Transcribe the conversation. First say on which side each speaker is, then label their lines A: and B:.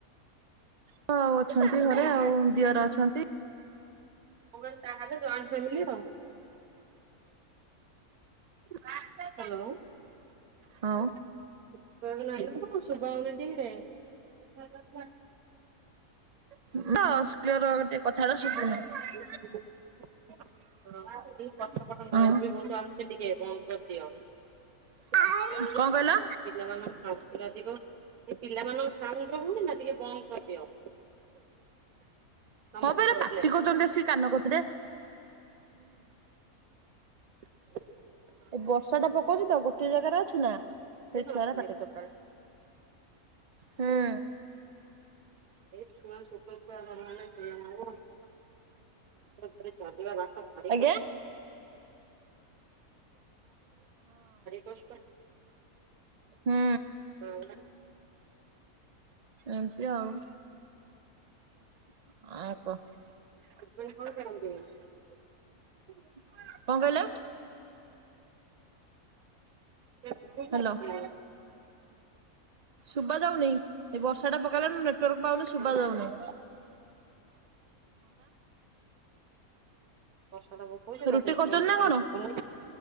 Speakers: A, on the right (about 50°); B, on the right (about 80°).
A: <unintelligible> ଅଛନ୍ତି ଘରେ ଆଉ ଦିଅର ଅଛନ୍ତି।
B: ମୁଁ କହିଲି ତାହେଲେ ଜଏଣ୍ଟ ଫ୍ୟାମିଲି ଆଉ।
A: <unintelligible>
B: ହାଲୋ।
A: ହଉ।
B: <unintelligible>
A: <unintelligible>
B: <unintelligible> ଟିକେ ବନ୍ଦ
A: ହଁ
B: କରିଦିଅ।
A: କଣ କହିଲ?
B: <unintelligible> ଟିକେ ଅଧିକ ସେ ପିଲାମାନଙ୍କ ସାଉଷ୍ଟୁ ହୋଉନି ନା ଟିକେ ବନ୍ଦ କରିଦିଅ। ତମକୁ
A: ହଁ ପରା
B: ପ୍ରୋବ୍ଲେମ୍
A: ପାଟି କରୁଚନ୍ତି ଆସି କାନ କତିରେ।
B: <inaudible>
A: ଏ ବର୍ଷା ଟା ପକଉଚି ତ ଗୋଟେ ଜାଗାରେ ଅଛୁ ନା ସେଇ ଛୁଆରା
B: ଅସୁବିଧା।
A: ପାଟି କରୁ ଚନ୍ତି। ହୁଁ
B: <unintelligible> <unintelligible> ଚାଲିବା ଭାରି
A: ଆଜ୍ଞା
B: କଷ୍ଟ।
A: ହୁଁ।
B: <unintelligible>
A: ଏମିତି ଆଉ। <unintelligible>
B: ହଜବେଣ୍ଡ କଣ କରନ୍ତି?
A: କଣ କହିଲ?
B: <unintelligible>
A: ହ୍ୟାଲୋ ଶୁବା ଯାଉନି ଏ ବର୍ଷା ଟା ପକେଇଲାନ ନେଟୱାର୍କ ପାଉନି। ଶୁବା
B: ହଁ
A: ଯାଉନାଇଁ।
B: ବର୍ଷା ଟା ପକଉଚି ତ
A: ରୁଟି
B: ସେଇଥିପାଇଁ
A: କରୁଛନ୍ତି
B: ଠିକରେ
A: ନା କଣ
B: ଶୁବୁନି।